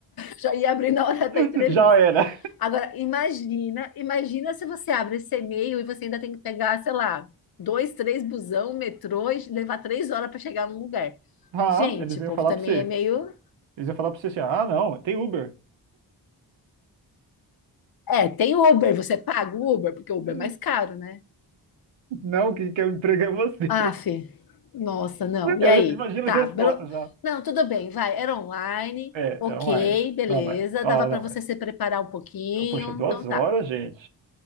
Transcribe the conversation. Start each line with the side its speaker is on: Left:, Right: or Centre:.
Left: já ia abrir na hora da
Right: <laughs>
Left: entrevista.
Right: Já era.
Left: Agora, imagina, imagina se você abre esse e-mail e você ainda tem que pegar, sei lá, dois, três busão, metrô e levar três horas para chegar num lugar.
Right: Ah,
Left: Gente,
Right: eles
Left: o
Right: iam
Left: povo
Right: falar
Left: também
Right: pra você.
Left: é meio.
Right: Eles iam falar pra você assim, ah, não, tem Uber.
Left: É, tem Uber, você paga o Uber, porque o Uber
Right: Eh,
Left: é mais caro, né?
Right: Não, quem quer o emprego é você.
Left: Ah, Fê, nossa, não.
Right: <laughs> Eu
Left: E aí?
Right: já imagino
Left: Tá,
Right: as respostas
Left: belo-
Right: já.
Left: não, tudo bem, vai, era online,
Right: É,
Left: ok,
Right: é online.
Left: beleza,
Right: Não, mais. Ó,
Left: dava para
Right: não,
Left: você
Right: mais.
Left: se preparar um pouquinho,
Right: Poxa, duas
Left: então
Right: horas,
Left: tá,
Right: gente.